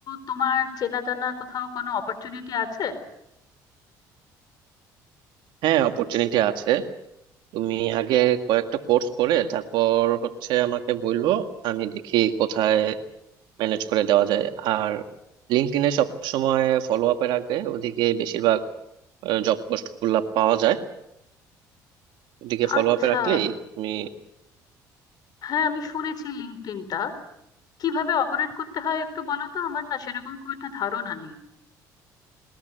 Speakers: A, on the left; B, on the right.
A: তোমার চেনা জানা কোথাও কোনো অপরচুনিটি আছে
B: হ্যাঁ অপরচুনিটি আছে তুমি আগে কয়েকটা কোর্স করে তারপর হচ্ছে আমাকে বললো আমি দেখি কোথায় ম্যানেজ করে দেওয়া যায় আর লিঙ্কডইনে সব সময় ফলো আপে রাখবে ওদিকে বেশিরভাগ জব পোস্ট গুলা পাওয়া যায় ওদিকে ফলো
A: আচ্ছা
B: আপে রাখলেই তুমি
A: হ্যাঁ আমি শুনেছি লিঙ্কডইনটা কিভাবে অপারেট করতে হয় একটু বলো তো আমার না সেরকম খুব একটা ধারণা নেই